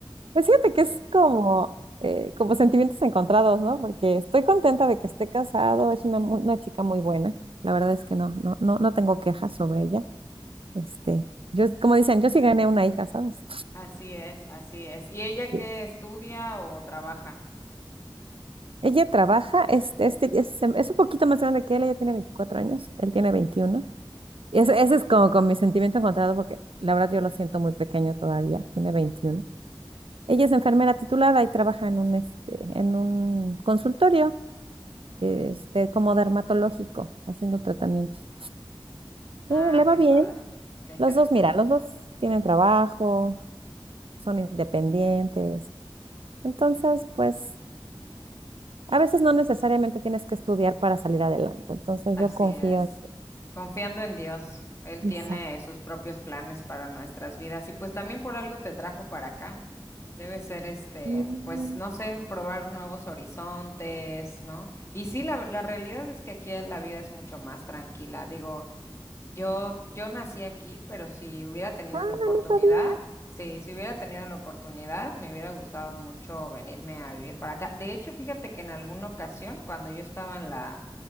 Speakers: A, on the right; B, on the left.
A: pues fíjate que es como, eh, como sentimientos encontrados, ¿no? Porque estoy contenta de que esté casado, es una, mu- una chica muy buena. La verdad es que no, no, no, no tengo quejas sobre ella. Este, yo, como dicen, yo sí gané una hija, ¿sabes?
B: Así es, así es. ¿Y ella qué
A: <laughs>
B: estudia o trabaja?
A: Ella trabaja, este, este, es, es un poquito más grande que él, ella tiene 24 años, él tiene veintiuno Y ese, ese es como con mi sentimiento encontrado porque la verdad yo lo siento muy pequeño todavía, tiene veintiuno Ella es enfermera titulada y trabaja en un, este, en un consultorio este, como dermatológico, haciendo tratamientos.
B: Ah,
A: Eh, le va
B: qué
A: bien.
B: padre. Qué interesante.
A: Los dos, mira, los dos tienen trabajo, son independientes. Entonces, pues, a veces no necesariamente tienes que estudiar para salir adelante. Entonces,
B: Así
A: yo confío
B: es. Confiando en Dios. Él
A: Exacto.
B: tiene sus propios planes para nuestras vidas y pues también por algo te trajo para acá. Debe ser este,
A: Mm,
B: pues no sé, probar nuevos horizontes, ¿no? Y sí, la, la realidad es que aquí la vida es mucho más tranquila. Digo, Yo, yo nací aquí, pero si hubiera tenido
A: Ah,
B: la oportunidad,
A: no sabía.
B: sí, si hubiera tenido la oportunidad, me hubiera gustado mucho venirme a vivir para acá. De hecho, fíjate que en alguna ocasión, cuando yo estaba en la,